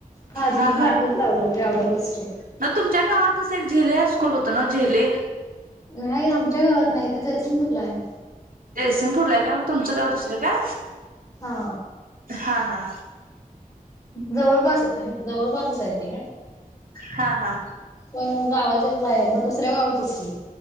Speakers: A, on the left; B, on the right.
A: हाज
B: हा
A: मी क्लासेस
B: हा
A: लावले होते आल्या अबकॉस चे.
B: ना तुमच्या गावातच एक झेले स्कूल होतं ना झेले?
A: नाही. आमच्या गावात नाही ते जयसिंगपूर ला आहे.
B: जयसिंगपूरला आहे का तुमचं गाव दुसरं का?
A: हा.
B: हा -हा.
A: जवळपास आहे जवळपासच आहे ते.
B: हा -हा.
A: पण गावाच्या बाहेर दुसऱ्या गावात असतील?